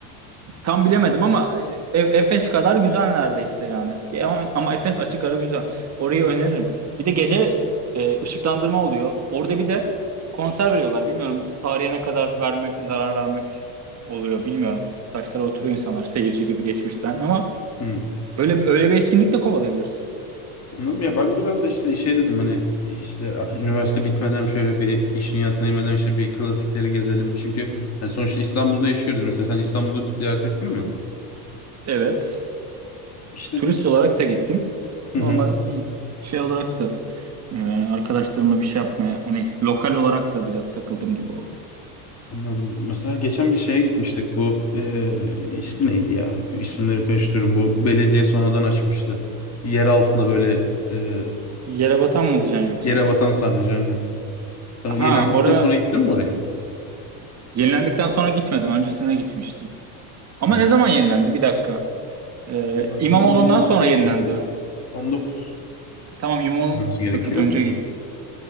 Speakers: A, on the right; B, on the left.
A: Tam bilemedim ama e, Efes kadar güzel neredeyse yani. Ki Ama, ama Efes açık ara güzel. Orayı öneririm. Bir de gece e, ışıklandırma oluyor. Orada bir de konser veriyorlar. Bilmiyorum tarihe ne kadar vermek, zarar vermek oluyor bilmiyorum. Taşlara oturuyor insanlar seyirci gibi geçmişten ama
B: hı.
A: öyle öyle bir etkinlik de kovalayabilirsin.
B: Anladım ya ben biraz da işte şey dedim hani işte a- üniversite bitmeden şöyle bir iş dünyasına inmeden işte bir klasikleri gezelim. Çünkü hani sonuçta İstanbul'da yaşıyoruz. Mesela sen İstanbul'u ziyaret ettin mi?
A: Evet.
B: İşledik.
A: Turist olarak da gittim.
B: Hı
A: Normal
B: hı,
A: şey olarak da e, arkadaşlarımla bir şey yapmaya hani lokal olarak da biraz takıldım gibi oldu.
B: anladım. Mesela geçen bir şeye gitmiştik bu eee, ismi neydi ya? Hep isimleri karıştırıyorum. Bu belediye sonradan açmıştı. Yer altında böyle eee,
A: Yere batan mı diyeceksin yoksa?
B: yere batan sarnıcı aynen. Sen o yenilendikten
A: Ha oraya
B: sonra gittin mi oraya?
A: yenilendikten sonra gitmedim. Öncesine gitmiştim. Ama
B: Yani
A: ne zaman yenilendi? Bir dakika. Ee,
B: Vallahi
A: İmamoğlu'ndan
B: İmamoğlu'ndan
A: sonra
B: sonra
A: yenilendi.
B: desek 19'da
A: Tamam İmam
B: olması gerekiyor.
A: yok yok önce gi-